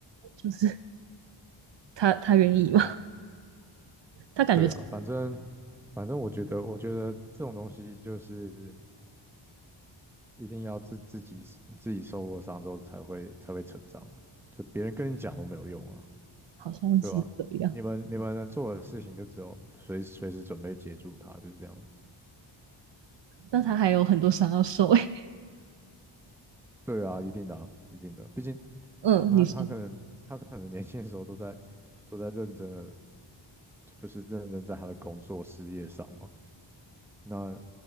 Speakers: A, on the right; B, in the centre.
A: 就是她她愿意嘛，
B: 好，
A: 她感觉
B: 对啊，反正反正我觉得我觉得这种东西就是一定要自自己自己受过伤之后才会才会成长的，就别人跟你讲都没有用啊，
A: 好像是这样，
B: 对吧？你们你们能做的事情就只有随随时准备接住他，就是这样。
A: 那她还有很多伤要受欸
B: 对啊，一定的啊一定的，毕竟
A: 嗯，
B: 他他可能他可能年轻的时候都在
A: 你说，
B: 都在认真的，就是认真在他的工作事业上嘛。那